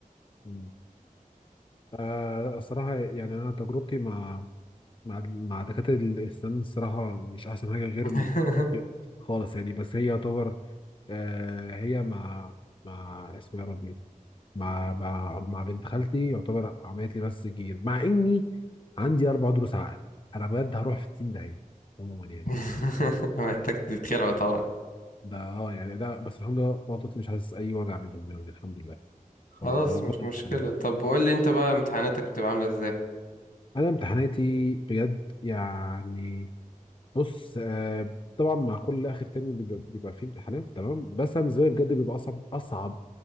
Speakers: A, on the left (about 35°); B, on the left (about 75°).
A: مم. آه، الصراحة يعني أنا تجربتي مع مع مع دكاترة الأسنان الصراحة مش أحسن حاجة غير
B: <laughs>
A: خالص يعني بس هي يعتبر آه هي مع مع اسمه يا ربي مع مع, مع بنت خالتي يعتبر عملت لي بس جير مع إني عندي أربع ضروس عقل أنا بجد هروح في 60 داهية عموما يعني
B: <laughs> محتاج تتخلعوا طبعا
A: ده اه يعني لا بس الحمد لله بطني مش حاسس أي وجع منهم يعني الحمد لله
B: خلاص
A: فربنا
B: مش مشكلة
A: يستر
B: طب قول لي انت بقى امتحاناتك بتبقى عاملة ازاي
A: أنا امتحاناتي بجد يعني بص آه طبعا مع كل اخر ترم بيبقى, بيبقى فيه امتحانات تمام بس انا بالنسبه لي بجد بيبقى اصعب اصعب